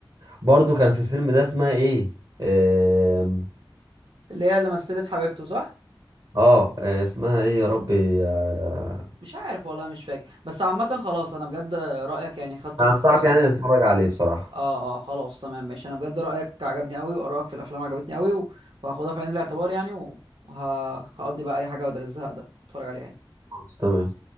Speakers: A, on the right (about 60°); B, on the right (about 85°).
A: برضه كان في الفيلم ده اسمها ايه آم،
B: اللي هي اللي مثلت حبيبته صح
A: اه آه، اسمها ايه يا ربي آه،
B: مش عارف والله مش فاكر بس عامة خلاص انا بجد رأيك يعني خدته
A: انا
B: في
A: انصحك يعني تتفرج عليه بصراحة
B: اه اه خلاص تمام ماشي انا بجد رايك عجبني قوي وارائك في الافلام عجبتني قوي و- وهاخدها في عين الاعتبار يعني وهقضي بقى اي حاجه بدل الزهق ده اتفرج عليها يعني
A: خلاص، تمام